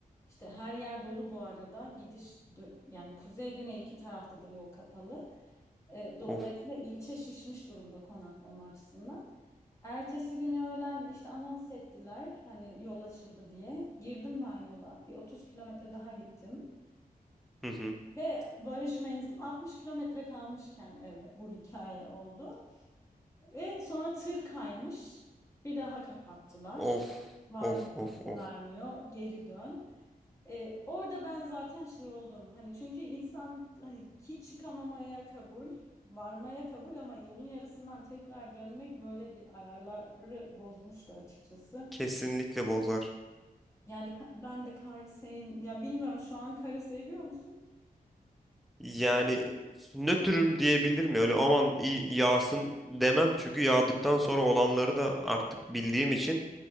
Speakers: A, on the left (about 20°); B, in the centre.
A: İşte her yer dolu bu arada. Gidiş dö- yani kuzey güney iki tarafta da yol kapalı. E, dolayısıyla
B: of
A: ilçe şişmiş durumda konaklama açısından. Ertesi günü öğlen işte anons ettiler hani yol açıldı diye. Girdim ben yola. Bir 30 kilometre daha gittim.
B: hı hı.
A: Ve varış menzilim 60 kilometre kalmışken eve bu hikaye oldu. Ve sonra tır kaymış. Bir daha kapattılar.
B: Of
A: Valilik
B: of of
A: izin
B: of.
A: vermiyor. Geri dön. E, orada ben zaten şey oldum. Hani çünkü insan hani hiç çıkamamaya kabul, varmaya kabul ama yolun yarısından tekrar dönmek böyle bir ayarları bozmuştu açıkçası.
B: Kesinlikle bozar.
A: Yani ka- ben de karı sevim, ya bilmiyorum şu an karı seviyor musun?
B: Yani nötrüm diyebilir mi? Öyle aman iyi yağsın demem. Çünkü yağdıktan sonra olanları da artık bildiğim için